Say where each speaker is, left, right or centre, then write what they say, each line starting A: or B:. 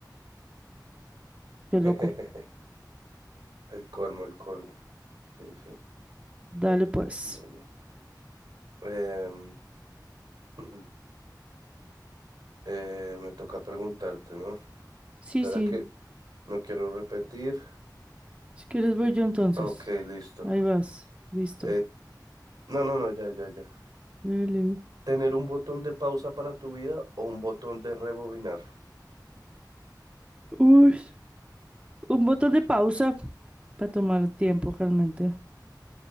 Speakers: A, on the right (about 15°); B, on the right (about 75°).
A: Qué loco.
B: <laughs> El colmo, el colmo. Sí, sí.
A: Dale pues.
B: Bueno. Em, <clears throat> eh, me toca preguntarte, ¿no?
A: Sí,
B: Espera
A: sí.
B: que no quiero repetir.
A: Si quieres voy yo entonces.
B: Ah, Ok, listo.
A: Ahí vas. Listo.
B: Eh, no, no, no, ya, ya, ya.
A: Dale.
B: ¿Tener un botón de pausa para tu vida o un botón de rebobinar?
A: Uy, un botón de pausa para tomar tiempo realmente.